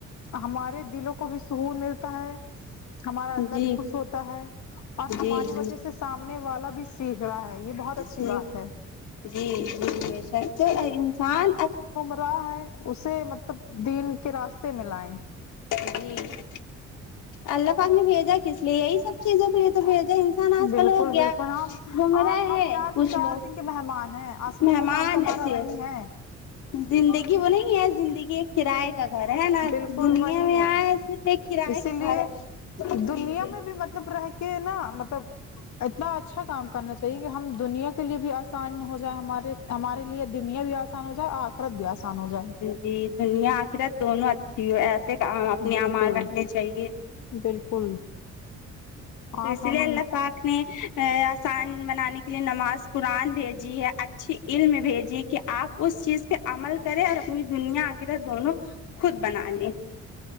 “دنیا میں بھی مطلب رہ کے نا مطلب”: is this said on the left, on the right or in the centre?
Left